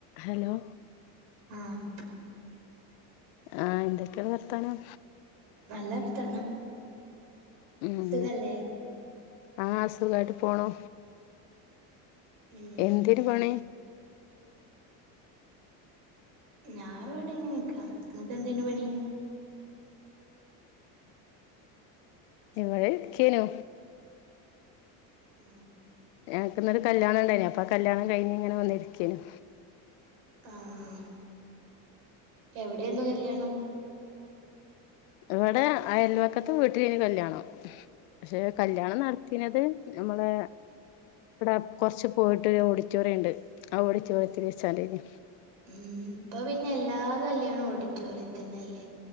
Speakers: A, on the left; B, on the right.
A: Hello
B: ആഹ്
A: ആഹ് എന്തെക്കെണ് വർത്താനം?
B: നല്ല വർത്താനം
A: ഉം
B: സുഖല്ലേ?
A: ആഹ് സുഖായിട്ട് പോണു.
B: ഉം
A: എന്തെനി പണി?
B: ഞാൻ ഇവിടെങ്ങനെ നിക്കാ ഇങ്ങക്കേന്തേനി പണി?
A: ഇവിടെ ഇരിക്കേനു.
B: ഉം
A: ഞങ്ങക്ക് ഇന്നരു കല്യാണം ഇണ്ടയിനി അപ്പം ആ കല്യാണം കഴിഞ്ഞ് ഇങ്ങനെ വന്ന് ഇരിക്കേന്നു.
B: ആഹ് എവിടേന്നു കല്യാണം?
A: ഇവിടെ അയൽവക്കത്ത് വീട്ടിലേന്നു കല്യാണം പക്ഷെ കല്യാണം നടത്തിനത് നമ്മളെ ഇവടെ കൊറച്ച് പോയിട്ട് ഒരു ഓഡിറ്റോറിയംണ്ട് ആ ഓഡിറ്റോറിയത്തിൽ വച്ചാണ്ടയ്നി.
B: ഉം ഇപ്പൊ പിന്നെ എല്ലാ കല്യാണും ഓഡിറ്റോറിയത്തിനല്ലെ